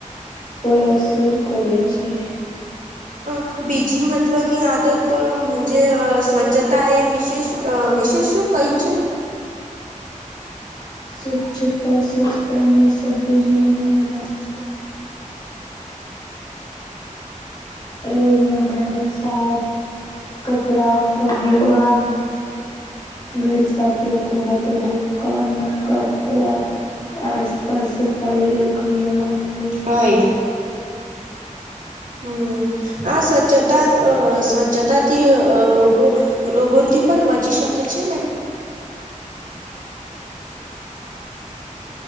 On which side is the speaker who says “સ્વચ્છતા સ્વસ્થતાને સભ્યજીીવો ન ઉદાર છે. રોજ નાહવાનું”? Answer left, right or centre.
Left